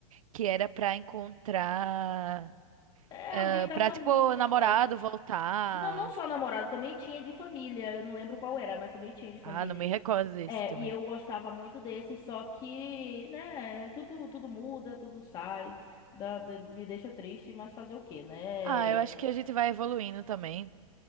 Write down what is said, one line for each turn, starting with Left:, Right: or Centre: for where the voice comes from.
Right: que era pra encontrar,
Left: É
Right: eh,
Left: alguém da
Right: pra
Left: família,
Right: tipo namorado
Left: eu acho.
Right: voltar.
Left: Não, não só namorado, também tinha de família. Eu não lembro qual era, mas também tinha de família.
Right: Ah, não me recordo desse
Left: É,
Right: também.
Left: e eu gostava muito desse, só que, né, tudo, tudo muda, tudo sai, dá- dá- me deixa triste, mas fazer o quê, né?
Right: Ah, eu acho que a gente vai evoluindo também.